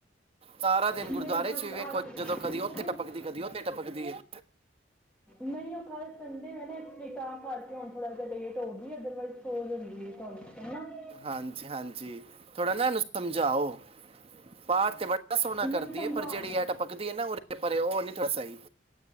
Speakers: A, on the right (about 30°); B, in the centre.
A: ਸਾਰਾ ਦਿਨ
B: ਨਹੀਂ
A: ਗੁਰਦੁਆਰੇ
B: ਬਸ
A: ਚ ਵੀ ਵੇਖੋ
B: ਅੱਜ
A: ਜਦੋਂ ਕਦੀ
B: ਨਹੀਂ
A: ਓਥੇ ਟਪਕਦੀ ਕਦੀ ਓਥੇ ਟਪਕਦੀ ਹੈ।
B: ਨਹੀਂ ਉਹ ਕੱਲ ਸੰਡੇ ਵੀ ਤਾ ਕਰ ਕੇ ਉਹ ਥੋੜਾ ਜਿਹਾ ਲੇਟ ਹੋ ਗਈ ਅਦਰਵਾਈਜ਼ ਸੋਂ ਜਾਂਦੀ ਹੈ ਥਵਾਨੂੰ ਪਤਾ ਹਨਾ।
A: ਹਾਂਜੀ। ਹਾਂਜੀ। ਥੋੜਾ ਨਾ ਇਹਨੂੰ ਸਮਝਾਓ ਪਾਠ ਤੇ ਬੜਾ ਸੋਹਣਾ
B: ਨਹੀਂ
A: ਕਰਦੀ
B: ਸਮਝਾਉਂਦੇ
A: ਹੈ। ਪਰ ਜਿਹੜੀ ਆ ਟਪਕਦੀ ਹੈ ਨਾ ਉਰੇ ਪਰ ਉਹ ਨੀ ਥੋੜਾ ਸਹੀ